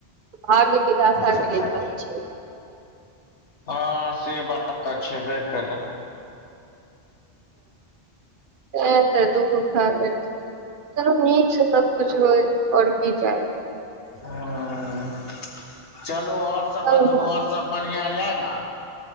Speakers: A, on the right; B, on the left.
A: भाग्य विधाता
B: छै
A: के लिखल छै।
B: हँ से बात तऽ छेबे करै।
A: ए त दूबर खाके <unintelligible> चलू नीक से सब कुछ होय, और की चाहि।
B: ह चलू आओर सब
A: चलू
B: बतबू आओर सब बढ़ियां एहे न